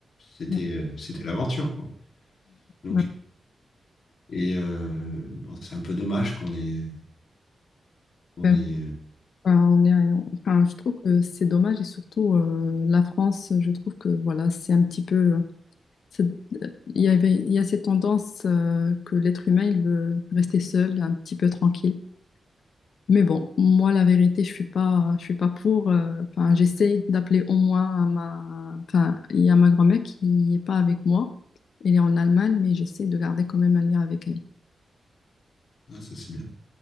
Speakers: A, on the left; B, on the left.
A: C'était,
B: Ouais,
A: euh, c'était l'aventure, quoi. Donc,
B: ouais.
A: et euh, bon, c'est un peu dommage qu'on ait, On
B: ouais.
A: est.
B: Enfin, on est, enfin, je trouve que c'est dommage et surtout euh, la France, je trouve que voilà, c'est un petit peu, c'est- il y avait, il y a cette tendance euh, que l'être humain il veut rester seul, un petit peu tranquille. Mais bon, moi la vérité, je suis pas, je suis pas pour. euh, enfin, j'essaie d'appeler au moins à ma, enfin, il y a ma grand-mère qui est pas avec moi. Elle est en Allemagne, mais j'essaie de garder quand même un lien avec elle.
A: Ah, ça c'est bien.